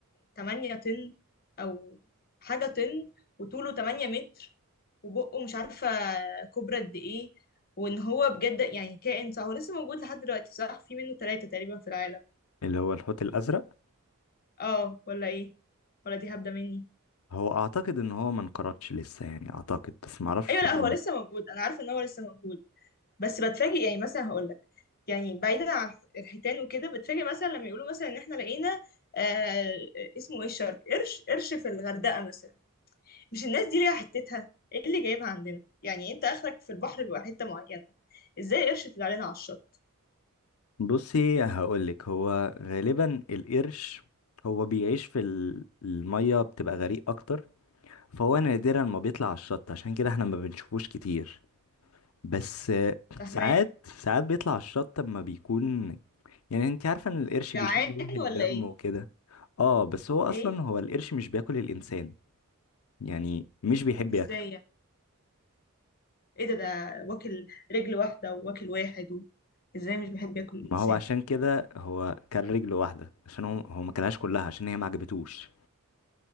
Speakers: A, on the left; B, on the left.
A: 8 طن او حاجه طن وطوله 8 متر وبقه مش عارفه كبرى قد ايه وان هو بجد يعني كائن صح هو لسه موجود لحد دلوقتي صح في منه ثلاثة تقريبا في العالم
B: <laughs> اللي هو الحوت الازرق
A: اه ولا ايه ولا دي هبده مني
B: هو اعتقد ان هو ما انقرضش لسه يعني اعتقد بس ما اعرفش
A: ايوه
B: فاضل
A: لا هو لسه موجود انا عارفه ان هو لسه موجود بس بتفاجئ يعني مثلا هقول لك يعني بعيدا عن الحيتان وكده بتفاجئ مثلا لما يقولوا مثلا ان احنا لقينا آه اسمه ايه الشرك قرش قرش في الغردقه مثلا مش الناس دي ليها حتتها ايه اللي جايبها عندنا يعني انت اخرك في البحر بيبقى حته معينه ازاي قرش طلع لنا على الشط
B: بصي هقول لك هو غالبا القرش هو بيعيش في ال- الميه بتبقى غريق اكتر فهو نادرا ما بيطلع على الشط عشان كده احنا ما بنشوفوش كتير بس آه،
A: فاهماك
B: ساعات ساعات بيطلع على الشط اما بيكون يعني انت عارفه ان القرش
A: جعان
B: بيشم ريحه الدم
A: ولا ايه
B: وكده اه بس هو اصلا
A: ايه
B: هو القرش مش بياكل الانسان يعني مش بيحب
A: ازاي
B: ياكله
A: يعني ايه ده ده واكل رجل واحده وواكل واحد و... ازاي مش بحب ياكل الانسان
B: ما هو عشان كده هو كان رجل واحدة عشان هو هو ما كلهاش كلها عشان هي ما عجبتوش